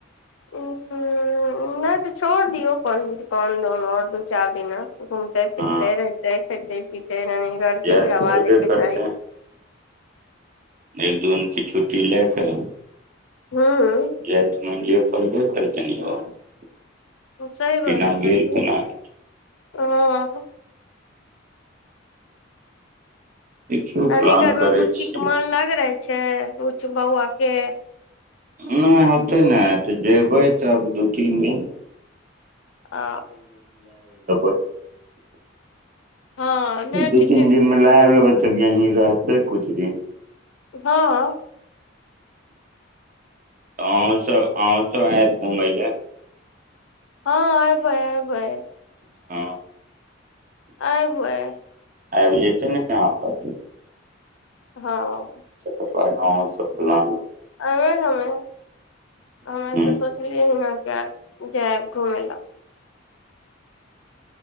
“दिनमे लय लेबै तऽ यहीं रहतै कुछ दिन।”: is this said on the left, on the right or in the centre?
Right